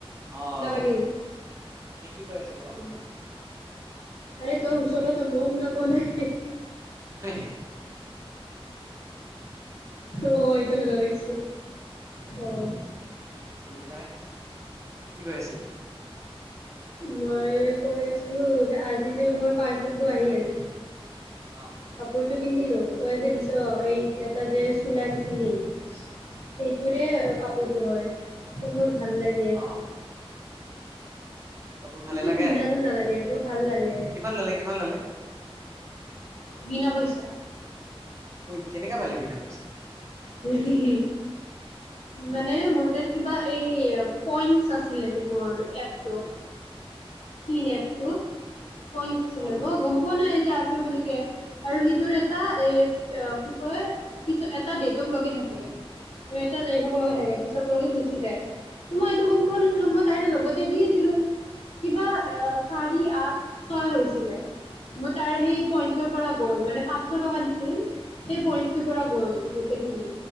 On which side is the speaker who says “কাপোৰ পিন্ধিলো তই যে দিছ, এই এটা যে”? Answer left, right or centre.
Left